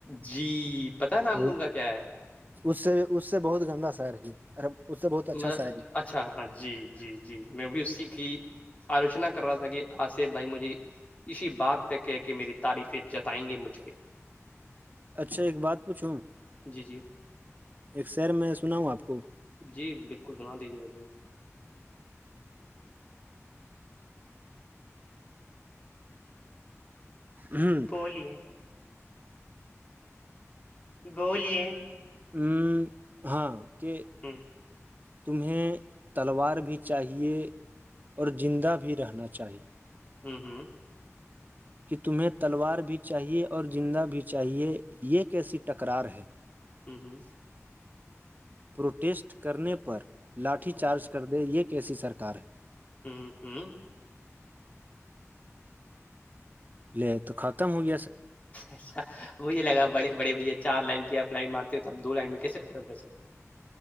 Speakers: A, on the left; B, on the right.
A: جی پتا نام
B: وہ
A: ان کا کیا ہے
B: اس سے اس سے بہت گندا سر ہے اس سے بہت اچھا
A: مطلب
B: شاعری
A: اچھ اچھا ہاں جی جی جی میں بھی اسی کی آلوچنا کر رہا تھا کہ آ سے بھائی مجھے اسی بات پہ کہہ کے میری تعریفیں جتائیں گے مجھ پہ
B: اچھا ایک بات پوچھوں
A: جی جی
B: ایک سیر میں سنا ہوں آپ کو
A: جی بالکل سنا دیجیے ابھی
B: ہوں
A: بولیے بولیے
B: ہوں ہاں کہ
A: ہ
B: تمہیں تلوار بھی چاہیے اور زندہ بھی رہنا چاہیے
A: ہوں ہوں
B: کہ تمہیں تلوار بھی چاہیے اور زندہ بھی چاہیے یہ کیسی ٹکرار ہے
A: ہوں ہوں
B: پروٹیسٹ کرنے پر لاٹھی چارج کر دے یہ کیسی سرار ہے
A: ہوں ہوں
B: پلی تو ختم ہوگیا
A: اچھا مجھے لگا بے بڑے بھیا چار لائن کیپ لائن مارتے ہو توپ دو لائن میں کیسے ختم کر سکتے ہیں